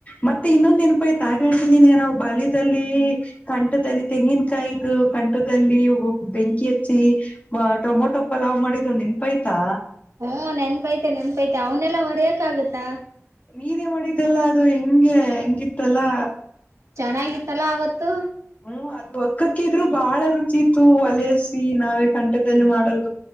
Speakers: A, on the left (about 30°); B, on the right (about 70°).
A: ಮತ್ತೆ ಇನ್ನೊಂದ್ ನೆನಪ ಆಯ್ತಾ ಹಾಗ ಹೇಳ್ತನಿನ್ಗ ನಾವು ಬಾಳದಲ್ಲಿ ಕಂಠದಲ್ಲಿ ತೆಂಗಿನಕಾಯು ಕಂಠದಲ್ಲಿ ಬೆಂಕಿ ಹಚ್ಚಿ ಟೊಮೊಟೊ ಪಲಾವ್ ಮಾಡಿದು ನೆನಪಾಯಯ್ತಾ
B: ಹಓ ನೆನ್ಪೈತೆ ನೆನ್ಪೈತೆ ಅವನೆೆಲ್ಲ ಮರಯಕ್ ಆಾಗತ್ತಾ
A: ನೀೇ ಮಾಡಿದ್ದಲ್ಲ ಅದು ಹಂಗೆ ಹಂಗಿತ್ತಲ್ಲಾ
B: ಚೆನ್ನಾಗಿತ್ತಲ್ಲಾ ಅವತ್ತು
A: ಹ್ಮ್ ಅದು ಅಕ್ಕಕ್ಕ ಇದ್ರು ಬಹಳ ರುಚಿ ಇತ್ತು ಒಲಸಿ ನಾವೇ ಕಂಠದಲ್ಲಿ ಮಾಡೋದು